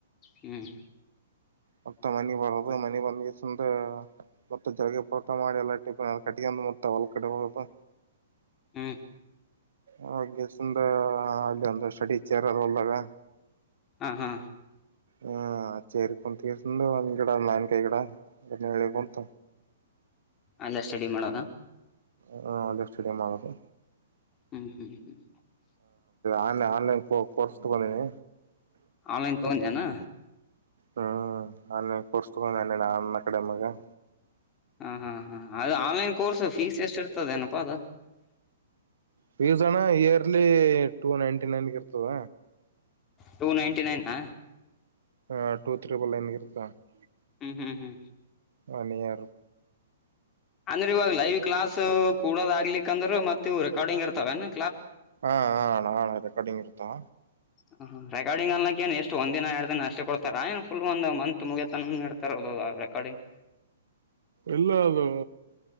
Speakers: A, on the left; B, on the right.
A: ಹ್ಮ್
B: ಮತ್ತೆ ಮನೆಿ ಬರದು ಮನಿ ಬಂದ ಮತ್ತ ಜಳಗೆ ಪುರಟ ಮಾಡಿ ಎಲ್ಲ ಟ ಕಟ್ಟಂದು ಮತ್ತ ಹೊಲ ಕಡೆ ಬರದು
A: ಹ್ಮ್
B: ಹಾಗೆ ಸುಂದ ಅಲ್ಲಿ ಒಂದಷ್ಟ ಟೀಚರ್ ಅದ ಒಲ್ಲದ
A: ಹಾ ಹಾ
B: ಹ ಚೇರಿ ಕುಂತ ಕೆಸಂದು ಒ್ ಕಡ ನನ್ಕಾಯ ಕಡ ಅದನ್ನ ಹೇಳ ಕುಂತ
A: ಅಲ್ಲ ಸ್ಟಡಿ ಮಾಡೋದ
B: ಹ್ಮ ಅ ಸ್ಟುಡಿಯಮ್ ಆಗದು
A: ಹ್ಮ್ ಹ್ಮ್ ಹ್ಮ್
B: ಆ ಆನ್ಲೈನ್ ಕೋರ್ಸ್ ತಗೊಂಡೀನಿ.
A: ಆನ್ಲೈನ್ ತೊಗಂದನು.
B: ಹ್ಮ್, ಆನ್ಲೈನ್ ಕೋರ್ಸ್ ತಗಂಡನನ್ನ ಅನ್ ಅಕಾಡೆಮಿಗ.
A: ಹ್ಮು, ಹ್ಮ್, ಅದು ಆನ್ಲೈನ್ ಕೋರ್ಸ್ ಫೀಸ್ ಎಷ್ಟು ಎಷ್ಟಿ. ಇತದನುಪ್ಪದ <unintelligible>
B: ಫೀಸ್ಅಣ್ಣಇಯರ್ಲಿ ಟೂ ನೈನ್ಟಿನೈನ್ಗೆ ಇರ್ತದ.
A: -ಟೂ ನೈನ್ಟಿ ನೈನ್ನಾ,
B: ಹ ಟೂ ತ್ರೀಬಲ್ನ್ರುತ್ತ <unintelligible>
A: ಹ್ಮ್ ಹ್ಮ್
B: ಒನ ಯಿರ.
A: ಅಂದ್ರೆ ಇವಾಗಲೈವ್ಕ್ಲಾಸ್, ಕೂಡದಾಗಗ್ಲಿಕಂದ್ರ ಮತ್ತು ಇವು ರೆಕಾರ್ಡಿಂಗ್ ಇರ್ತವನ.
B: ಹಾ ನಾನ್ ರೆಕಾರ್ಡಿಿಂಗ್ ಇರ್ತವ.
A: ಹ ಹ <inaudible> -ರೆಕಾರ್ಡಿಂಗ ಅನ್ಲ್ಲಕ್ಕ ಏ ಎಷ್ಟ ಒಂದ ದಿನ ಎರಡ ದಿನ ಅಷ್ಟ- ಕೊಡ್ತಾರ ಏನ್ ಫುಲ್ ಒಂದಂದು ಮಂತ್ ಮುಗತನ ಇಡ್ತಾರ ರೆಕಾರ್ಡಿಂಗ್.
B: ಇಲ್ಲ ಅದು